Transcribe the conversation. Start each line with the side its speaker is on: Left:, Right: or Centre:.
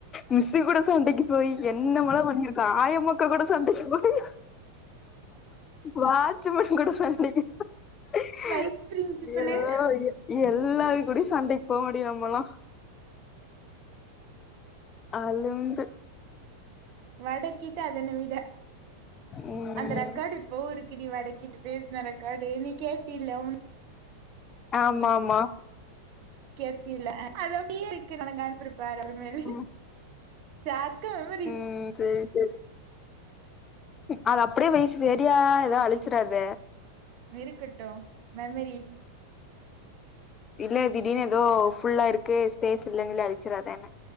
Left: மிஸ்சு கூட சண்டைக்கு போய் எண்ணமல்லா பண்ணிருக்கோ ஆயம்மக்கா கூட சண்டைக்கு போயி வாட்ச்சு மேன் கூட சண்டைக்கு அய்யோ
Right: வைஸ் பிரின்சிபலு
Left: அய்யோ எல்லார் கூடயு சண்டக்கி போ முடியு நம்மல்லா அலும்பு
Right: வடக்கிட்ட அதென்ன விட
Left: ம்
Right: அந்த ரெக்கார்டு இப்பவு இரு க்கிடி வடக்கிட்டு பேசனா ரெகார்ட்டு நீ கேட்டில்ல உன்
Left: ஆமாமா
Right: கேப்பியல்ல அது அப்டியே இருக்கு நா உனக்கு அனுப்புற பாரு அப்புறம் ஏன் அப்றமேல்
Left: ம்
Right: <unintelligible>
Left: ம் சேரி சேரி அத அப்டியே வை செரியா எதா அழிச்சிறாத
Right: இருக்கட்டு மெமரீஸ்
Left: இல்ல திடீனு எதோ ஃபுல்லா இருக்கு ஸ்பேஸ் இல்லன்னு அழிச்சிராதன்ன